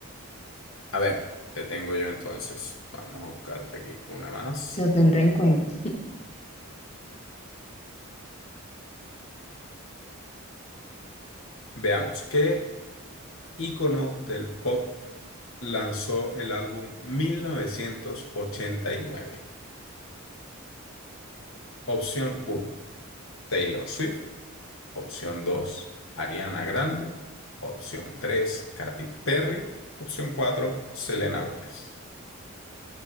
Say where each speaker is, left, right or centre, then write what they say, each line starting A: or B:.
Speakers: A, on the left (about 65°); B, on the left (about 30°).
A: A ver, te tengo yo entonces. Vamos a buscarte aquí una más.
B: lo tendré en cuenta.
A: Veamos, ¿qué ícono del pop? lanzó el álbum 1989. Opción uno, Taylor Swift. Opción 2, Ariana Grande. Opción 3, Katy Perry. Opción 4, Selena Gómez.